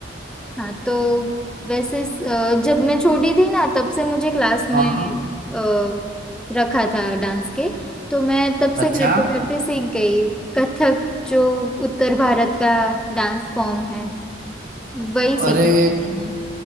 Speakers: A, in the centre; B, on the right (about 50°).
A: हाँ तो वैसे अ, जब मैं छोटी थी ना तब से मुझे क्लास में
B: हाँ
A: अ, रखा था डांस के तो मैं तब से
B: अच्छा
A: करते करते सीख गई कथक जो उत्तर भारत का डांस फॉर्म है वही सीखा
B: अरे
A: था मैंने